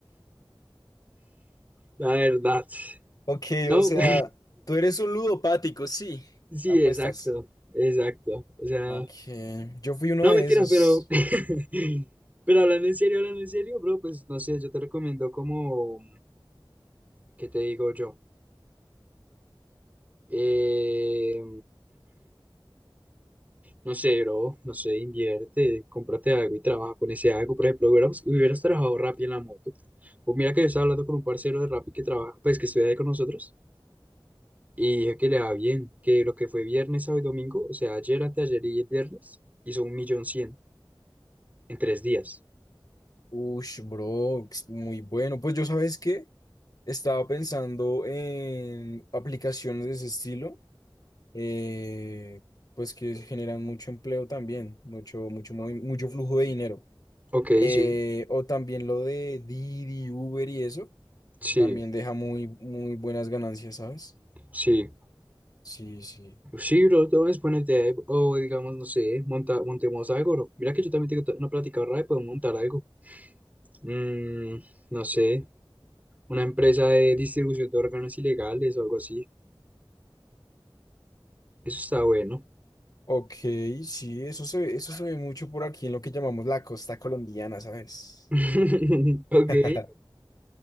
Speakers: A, on the right (about 20°); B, on the left (about 45°).
A: La verdad.
B: Ok,
A: No.
B: o sea,
A: <laughs>
B: tú eres un ludopático, sí.
A: Sí,
B: Apuestas.
A: exacto, exacto. O sea,
B: Ok, yo fui uno
A: no
B: de
A: mentiras,
B: esos.
A: pero, <laughs> pero hablando en serio, hablando en serio, bro, pues no sé, yo te recomiendo como, ¿qué te digo yo? Eh, no sé, bro, no sé, invierte, cómprate algo y trabaja con ese algo. Por ejemplo, hubieras, hubieras trabajado Rappi en la moto. O mira que yo estaba hablando con un parcero de Rappi que trabaja, pues que estudia ahí con nosotros, y dije que le va bien, que lo que fue viernes, sábado y domingo, o sea, ayer, anteayer y el viernes, hizo un millón cien en tres días.
B: Ush, bro, es muy bueno. Pues yo, ¿sabes qué? Estaba pensando en aplicaciones de ese estilo, eh, pues que generan mucho empleo también, mucho, mucho, movi- mucho flujo de dinero.
A: Ok,
B: Eh,
A: sí.
B: o también lo de Didi, Uber y eso,
A: Sí,
B: también deja muy, muy buenas ganancias, ¿sabes?
A: sí.
B: Sí, sí.
A: Sí, bro, todo es buena idea. O digamos, no sé, monta, montemos algo, bro. Mira que yo también tengo to- una plática ahorrada y podemos montar algo. Mm, no sé, una empresa de distribución de órganos ilegales o algo así. Eso está bueno.
B: Ok, sí, eso se ve, eso se ve mucho por aquí en lo que llamamos la costa colombiana, ¿sabes?
A: <laughs> Ok.
B: <laughs>